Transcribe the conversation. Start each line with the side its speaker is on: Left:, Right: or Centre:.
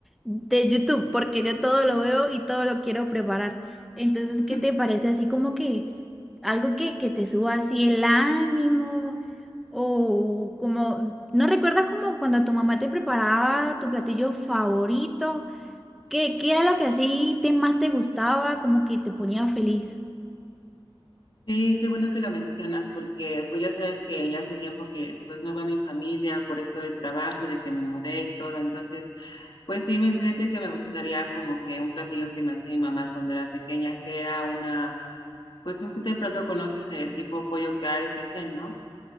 Centre: de YouTube, porque yo todo lo veo y todo lo quiero preparar. Entonces,
Left: <laughs>
Centre: ¿qué te parece así como que algo que, que te suba así el ánimo? O como, ¿no recuerdas como cuando tu mamá te preparaba tu platillo favorito? ¿Qué, qué era lo que así te, más te gustaba, como que te ponía feliz?
Left: Sí, qué bueno que lo mencionas porque pues ya sabes que ya hace tiempo que pues no va mi familia por esto del trabajo, de que me mudé y todo, entonces pues sí, me fíjate que me gustaría como que un platillo que me hacía mi mamá cuando era pequeña, que era una, pues tú de pronto conoces el tipo pollo que hay, ¿no?